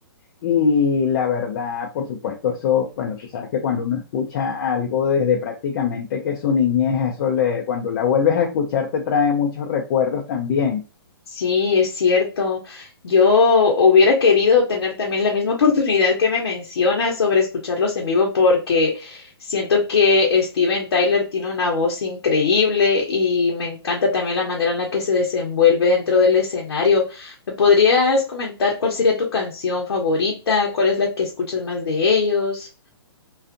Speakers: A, on the left; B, on the left.
A: y la verdad, por supuesto, eso, bueno, tú sabes que cuando uno escucha algo desde prácticamente que su niñez, eso le, cuando la vuelves a escuchar te trae muchos recuerdos también.
B: sí, es cierto. Yo hubiera querido tener también la misma <laughs> oportunidad que me mencionas sobre escucharlos en vivo porque siento que Steven Tyler tiene una voz increíble y me encanta también la manera en la que se desenvuelve dentro del escenario. ¿Me podrías comentar cuál sería tu canción favorita? ¿Cuál es la que escuchas más de ellos?